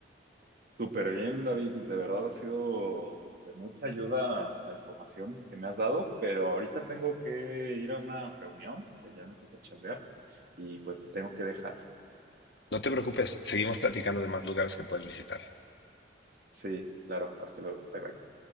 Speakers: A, on the right (about 55°); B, on the left (about 75°).
A: Súper bien, David. De verdad ha sido de mucha ayuda la información que me has dado, pero ahorita tengo que ir a una reunión que ya me toca chambear y pues te tengo que dejar.
B: No te preocupes, seguimos platicando de más lugares que puedes visitar.
A: Sí, claro, hasta luego. Bye bye.